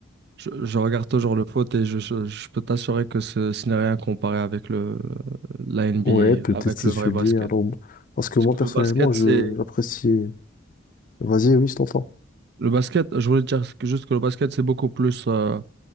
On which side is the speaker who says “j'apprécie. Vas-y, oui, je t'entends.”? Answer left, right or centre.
Left